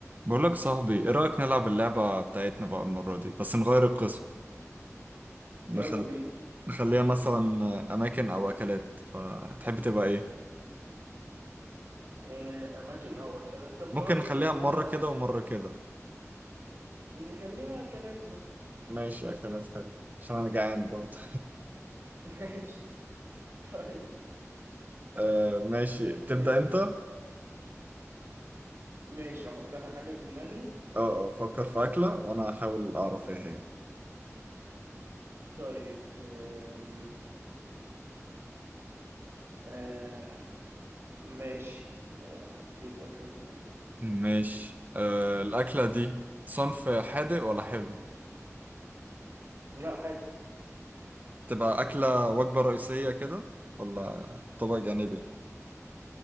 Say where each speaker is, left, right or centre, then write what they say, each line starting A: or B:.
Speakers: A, on the right; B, on the right.
A: بقول لك صاحبي ايه رأيك نلعب اللعبة بتاعتنا بقى المرة دي بس نغير القسم نخل...
B: يلا بينا
A: نخليها مثلا أماكن أو أكلات فتحب تبقى ايه
B: إيه أماكن أو أكلات طب
A: ممكن
B: خلاص
A: نخليها
B: نخليها
A: مرة كده ومرة كده
B: نخليها أكلات مثلا
A: ماشي أكلات حلو عشان أنا جعان برضه
B: <laughs> ماشي طيب
A: آه ماشي
B: مين
A: تبدأ
B: يبدأ
A: أنت اه
B: ماشي أحط أنا حاجة في دماغي
A: آه، فكر في أكلة وأنا هحاول أعرف ايه هي
B: طيب آم، آه ماشي آه حطيت أكلة في دماغي
A: ماشي آه الأكلة دي صنف حادق ولا حلو
B: لا عادي
A: تبقى أكلة وجبة رئيسية كده ولا طبق جانبي